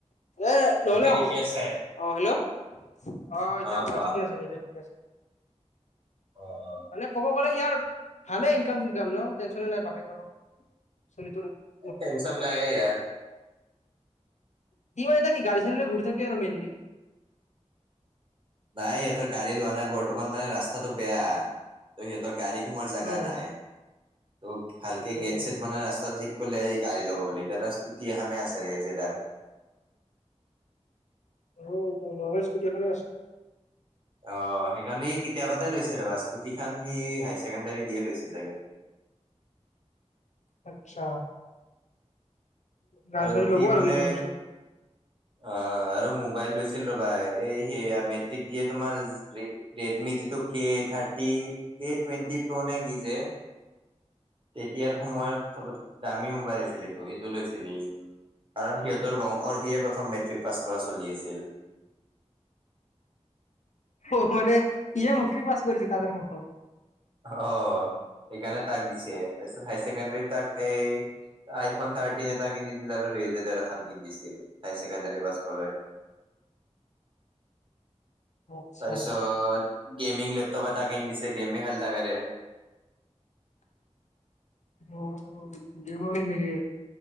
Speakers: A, on the left (about 80°); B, on the right (about 45°).
A: এ নহ'লে
B: এতিয়া ঠিকে
A: <inaudible>
B: আছে?
A: অ হেল্ল'? অঁ এতিয়া
B: অ'
A: অকমান
B: কোৱা,
A: ঠিকে আছে, এতিয়া ঠিকে আছে। <unintelligible>
B: অ-অ <inaudible>
A: মানে ক'ব গ'লে সিয়াৰ ভালে ইনকাম-চিনকাম ন', টেনচনে নাই বাপেকহঁতৰ চলিটোৰ <unintelligible>
B: টেনচন নাই এই ইয়াৰ। <unintelligible>
A: সি মানে কি এতিয়া গাড়ী-চাড়ী লৈ ঘূৰি থাকে আৰু মেইনলি। <unintelligible>
B: নাই ইহঁতৰ গাড়ী লোৱা নাই, বৰ্তমান মানে ৰাস্তাটো বেয়া। ত' সিহঁতৰ গাড়ী সোমাৱাৰ জাগা
A: উম
B: নাই। ত' ভালকে
A: উম
B: গেট চেট বানাই, ৰাস্তাটো ঠিক কৰিলেহে সি গাড়ী লব বোলে। এতিয়া জাষ্ট গুটি এখানে আছে ৰে যেডাৰ।
A: অ তাৰ ৰঙা স্কুটি এখনো আছে।
B: অ, সেইখন সি কেতিয়াবাতে লৈছে ৰ'বা, স্কুটি খন সি হায়ছেকেণ্ডাৰী দিয়ে লৈছে চাগে।
A: আচ্ছা। গাড়ী
B: আৰু
A: চাড়ী
B: সি
A: ল'ব
B: বোলে
A: কেইদিনমান পিছত
B: অ আৰু মোবাইল লৈছি ল ৰ'বা, এই সেয়া মেট্ৰিক দিয়ে তোমাৰ ৰেডমি যি টো কে থাৰটি, কে টুৱেণ্টি প্ৰ' নে কি যে তেতিয়াৰ সময়ত চবতকে দামী মোবাইল আছিল এইটো, সেইটো লৈছিল। সিয়ে কাৰণ সিহঁতৰ বংশৰ সিয়ে প্ৰথম মেট্ৰিক পাছ কৰা চলি আছিল।
A: অহ মানে, সিয়ে মুখীৰ পাছ কৰিছে সিহঁতৰ বংশৰ।
B: অ' সেইকাৰণে তাক দিছে তাছত হায় চেকেণ্ডেৰীত তাক সেই আইফোন থাৰ্টিন এটা কিনি দিলে আৰু ৰে জেডাৰ এখন কিনি দিছিল, হায়ছেকেণ্ডাৰী পাছ কৰাই।
A: আচ্ছা
B: তাৰপিছত
A: আচ্ছা
B: গেমিং লেপটপ এটা কিনি দিছে, গেমে খেল থাকে ৰে।
A: অ অ গেমো খেলে নেকি?